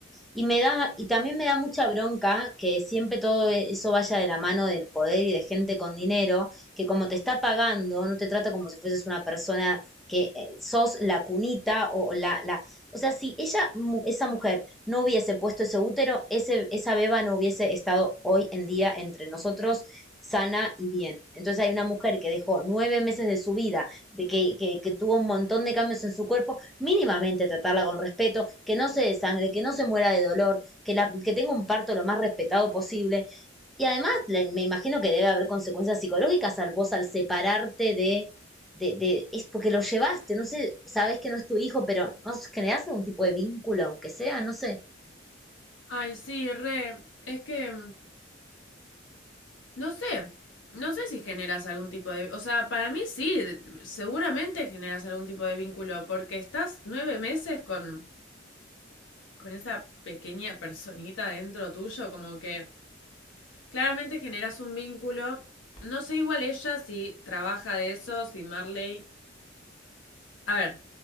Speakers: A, in the centre; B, on the left.
A: y me da, y también me da mucha bronca que siempre todo eso vaya de la mano del poder y de gente con dinero, que como te está pagando, no te trata como si fueses una persona que eh, sos la cunita o la, la, o sea, si ella, esa mujer no hubiese puesto ese útero, ese, esa beba no hubiese estado hoy en día entre nosotros sana y bien. Entonces hay una mujer que dejó nueve meses de su vida, de que, que, que tuvo un montón de cambios en su cuerpo mínimamente tratarla con respeto, que no se desangre, que no se muera de dolor, que, la, que tenga un parto lo más respetado posible. Y además, le, me imagino que debe haber consecuencias psicológicas al vos al separarte de, de, de, es porque lo llevaste, no sé, sabes que no es tu hijo, pero no generás algún tipo de vínculo, aunque sea, no sé.
B: Ay, sí, re, es que... mm, No sé, no sé si generas algún tipo de... O sea, para mí sí, de- seguramente generas algún tipo de vínculo, porque estás nueve meses con, con esa pequeña personita dentro tuyo, como que claramente generas un vínculo. No sé igual ella si trabaja de eso, si Marley... A ver,